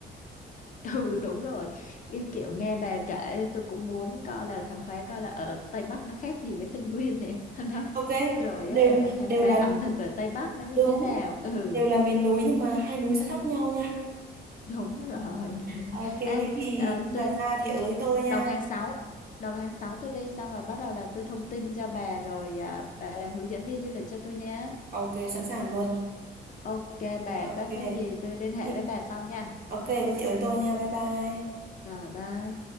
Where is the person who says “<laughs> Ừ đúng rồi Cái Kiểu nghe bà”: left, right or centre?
Left